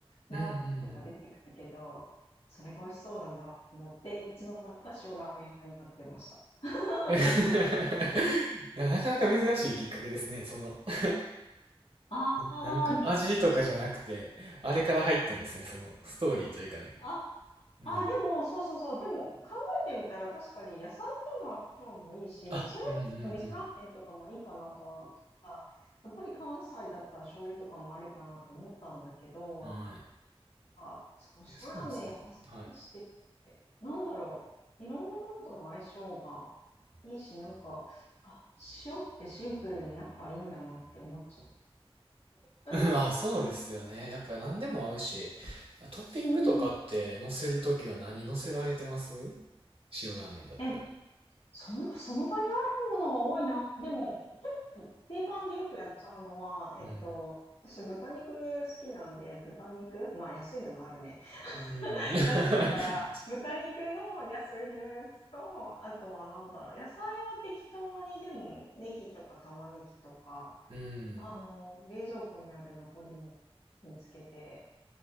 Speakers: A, on the left; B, on the right.
A: ラーメンとか出てくるけど、
B: うんうんうん
A: それが美味しそうだなと思って、いつの間にか塩ラーメン派になってました。<laughs>
B: <laughs>。いやなかなか珍しいきっかけですね、その <laughs>
A: ああ、
B: なんか味とかじゃなくて、あれから入ったんですね、そのストーリーというかね。
A: あ、
B: うん。
A: あ、でも、そうそうそう。でも、考えてみたら確かに野菜っていうのは腸もいいし、
B: あ、
A: それは味噌ラーメンとかもいいかなとは、
B: うんうん
A: やっぱり関西だったら醤油とかもありかなと思ったんだけど、
B: うん。はい。
A: あ、そう、
B: え、そうですね。
A: 塩ラーメンあっさりしてて、
B: はい。
A: なんだろう。いろんなものとの相性がいいし、なんか、あ、塩ってシンプルにやっぱいいんだなって思っちゃっ
B: <laughs>
A: た。
B: うんあ、そうですよね。やっぱり何でも合うし、あトッピングとかって乗せるときは何乗せられてます
A: うん。
B: 塩ラーメンだったら。
A: え、その、その場にあるものが多いな。でも、定番でよくやっちゃうのは、えっと、
B: うん。
A: 私豚肉好きなんで、豚肉、まあ安いのもあるね。<laughs>
B: うん。<laughs> 確かに。
A: 安いから、豚肉の安売りのやつと、あとはなんだろう、野菜は適当にでも、ネギとか玉ねぎとか、
B: うん。
A: あの、冷蔵庫にある残りも見つけて、